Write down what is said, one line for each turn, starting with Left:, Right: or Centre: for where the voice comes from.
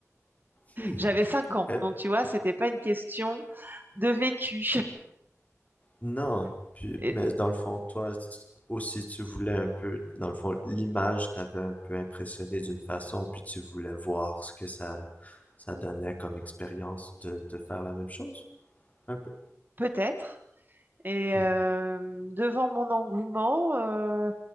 Left: hmm.
Right: J'avais cinq
Left: Ok.
Right: ans, donc tu vois, c'était pas une question de vécu.
Left: Non.
Right: <laughs>
Left: Puis,
Right: Et
Left: mais dans le fond, toi si tu- aussi, tu voulais un peu, dans le fond, l'image t'avait un peu impressionné d'une façon, puis tu voulais voir ce que ça, ça donnait comme expérience de, de faire la même chose, un peu.
Right: Peut-être, Et
Left: Hmm.
Right: euh, devant mon engouement, euh,